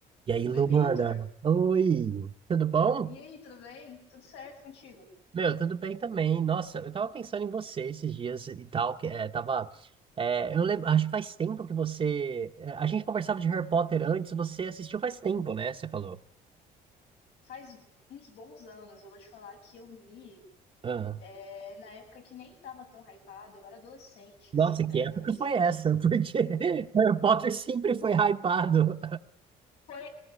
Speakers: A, on the right (about 35°); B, on the left (about 85°).
A: E aí, Luana?
B: Oi, Victor.
A: Oi, tudo bom?
B: E aí, tudo bem? Tudo certo contigo?
A: Meu, tudo bem também. Nossa, eu tava pensando em você esses dias e tal, que é, tava. é, eu lembro, acho que faz tempo que você. é, A gente conversava de Harry Potter antes, você assistiu faz tempo, né? Você falou.
B: Faz uns bons anos, eu vou te falar que eu li,
A: Ah.
B: é, na época que nem tava tão hypado, eu era adolescente,
A: Nossa,
B: assim, pré-adolescente.
A: que época foi essa? <laughs> Porque Harry Potter sempre foi hypado.
B: Foi,